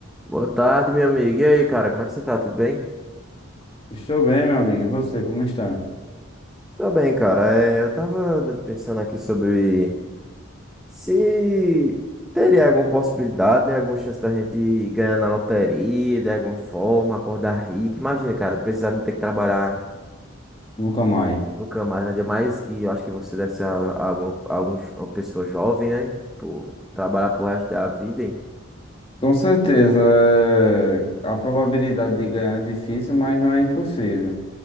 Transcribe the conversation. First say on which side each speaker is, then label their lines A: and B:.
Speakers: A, in the centre; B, on the left.
A: Boa tarde, meu amigo. E aí, cara, como é que você tá? Tudo bem?
B: Estou bem, meu amigo. E você, como está?
A: Tô bem, cara. É, eu tava dando- pensando aqui sobre se teria alguma possibilidade, né? Alguma chance da gente ganhar na loteria, de alguma forma, acordar rico. Imagina, cara, precisar não ter que trabalhar
B: Nunca mais.
A: nunca mais, né? ainda mais que eu acho que você deve ser a- a alguma, algum jo- uma pessoa jovem, né? Tipo, trabalhar pro resto da vida, hein?
B: Com certeza, é, a probabilidade de ganhar é difícil, mas não é impossível.